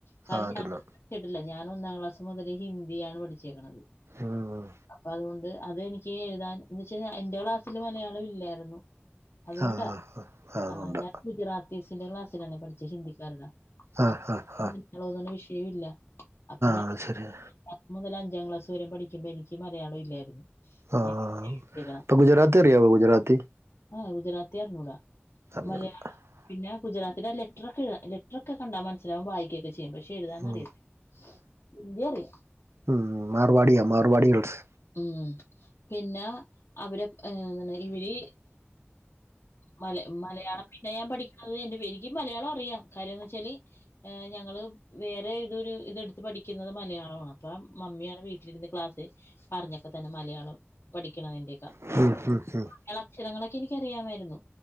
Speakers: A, on the left; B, on the right.
A: കാരണം
B: ആ അതൊന്ന്
A: ഞാൻ ച്ചിട്ടില്ല ഞാൻ ഒന്നാം ക്ലാസ് മുതൽ ഹിന്ദിയാണ് പഠിച്ചേക്ക്ണത്
B: ഉം.
A: അപ്പൊ അതുകൊണ്ട് അതെനിക്ക് എഴുതാൻ എന്ന് വെച്ചാ എന്റെറെ ക്ലാസ്സിൽ മലയാളം ഇല്ലായിരുന്നു അതുകൊണ്ടാ
B: ആ ആ ആ അതുകൊണ്ടാ
A: ആ ഞാൻ ഗുജറാത്ത് ഫിൽസിന്റെ ക്ലാസ്സിലാണ് പഠിചെ ഹിന്ദിക്കാരുടെ
B: ആ
A: <unintelligible>
B: ആ ആ
A: വിഷയവും ഇല്ല അപ്പ ഞ
B: അത് ശരിയ
A: <unintelligible> മുതൽ അഞ്ചാം ക്ലാസ് വരെ പഠിക്കുമ്പോ എനിക്ക് മലയാളം ഇല്ലായിരുന്നു
B: ആഹ
A: ഞാൻ പഠിച്ചേക്കണം.
B: അപ്പ ഗുജറാത്തി അറിയാവോ ഗുജറാത്തി
A: ആ ഗുജറാത്തി അറിഞ്ഞൂടാ.
B: <unintelligible>
A: മലയാളം പിന്നെ ഗുജറത്തിന്റെ ലെറ്ററൊക്കെ എയ്താ ലെറ്ററക്കെ കണ്ടാ മനസിലാവും വായിക്കൊക്കെ ചെയ് പക്ഷെ എഴുതാനറിയത്തില്ല
B: ഉം.
A: ഹിന്ദി അറിയാം
B: ഉം മാർവാടിയാ മാർവാടി ഗേൾസ്
A: ഉം പിന്നെ അവര <unintelligible> ഇവര് മല മലയാള പി ഞാൻ പഠിക്കനത് <unintelligible> എനിക്ക് മലയാളം അറിയാം കാര്യംന്നച്ചാല് ് ഞങ്ങള് വേറെ ഇതൊരു ഇതെടുത്ത് പഠിക്കുന്നത് മലയാളമാണ് അപ്പൊ മമ്മിയാണ് വീട്ടിലിരുന്ന് ക്ലാസ് പറഞ്ഞൊക്കെ തന്നെ മലയാളം പഠിക്കണതിന്റെയൊക്ക
B: <unintelligible>
A: ഞൾ അക്ഷരങ്ങളൊക്കെ എനിക്കറിയാമായിരുന്നു